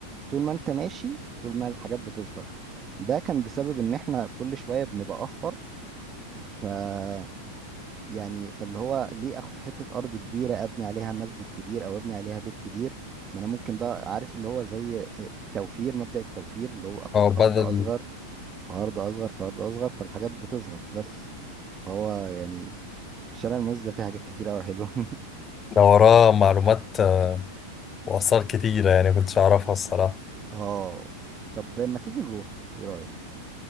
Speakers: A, on the right (about 25°); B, on the left (about 25°).
A: طول ما انت ماشي طول ما الحاجات بتصغر ده كان بسبب ان احنا كل شوية بنبقى افقر ف يعني فاللي هو ليه اخد حتة ارض كبيرة ابني عليها مسجد كبير او ابني عليها بيت كبير ما انا ممكن بقى عارف اللي هو زي التوفير مبدأ التوفير اللي هو اخد
B: اه
A: ارض
B: بدل
A: اصغر في ارض اصغر في ارض اصغر فالحاجات بتصغر بس هو يعني الشارع الموز ده فيه حاجات كتير قوي حلوة <laughs>
B: ده وراه معلومات آه، وآثار كتيرة يعني كنتش أعرفها الصراحة
A: اه طب ما تيجي نروحه ايه رأيك